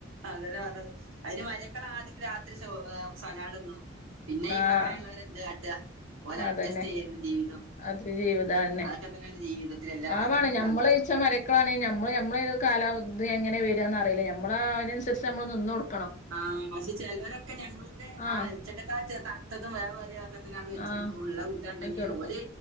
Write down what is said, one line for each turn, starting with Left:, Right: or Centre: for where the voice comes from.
Right: അതെന്നെപറഞ്ഞത് അയ്ന് മരിയക്കൾ ആദിക് രാത്രി <unintelligible> സലാട്ന്നു തിന്നോ പിന്നെ ഈ
Left: ആഹ്
Right: പ്രായള്ളവരെന്ത്കാട്ടാ ഓലഡ്ജസ്റ്റ്
Left: അതന്നെ
Right: ചെയ്യെന്നെ ജീവിതം
Left: അത് ജീവിതാന്നെ
Right: അതൊക്കെ തന്നെയല്ലേ ജീവിതത്തിൽ എല്ലാവർക്കും
Left: പാവാണ് ഞമ്മളീ
Right: ഏഹ്
Left: മരി ക്കളാണെൽ ഞമ്മള്ഞമ്മളെ കാലാവധി എങ്ങനെവെരാന്ന് അറിയില്ല ഞമ്മള് അയ്നനുസരിച്ച് ഞമ്മൾ നിന്ന്കൊട്
Right: ആ പക്ഷെ ചിലരൊക്കെ ഞങ്ങൾക്ക്
Left: ആഹ്
Right: ആ ഉച്ചക്കത്തെ ആ തണുത്തതും വേവേറി ക്കത് വെച്ചെടുക്കൂ
Left: ആഹ്
Right: ള്ള കൂട്ടാണ്ടെങ്കി
Left: വെച്ച് കൊടുക്കും
Right: ഓല്